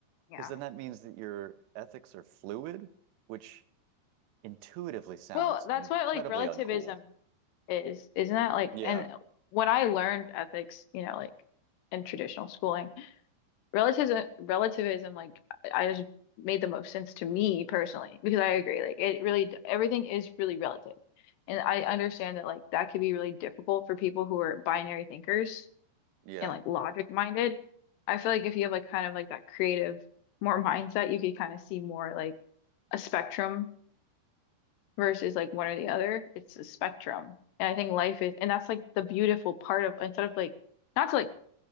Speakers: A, on the left; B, on the right.
A: Yeah.
B: because then that means that your ethics are fluid, which intuitively sounds
A: Well, that's
B: incredibly
A: what like relativism
B: uncool.
A: is, isn't that like?
B: Yeah,
A: And when I learned ethics, you know, like in traditional schooling, relativism, relativism, like I I just made the most sense to me personally because I agree, like it really, everything is really relative, and I understand that like that could be really difficult for people who are binary thinkers
B: yeah,
A: and like logic minded. I feel like if you have like kind of like that creative more mindset, you could kind of see more like a spectrum versus like one or the other. It's a spectrum. And I think life is, and that's like the beautiful part of, instead of like, not to like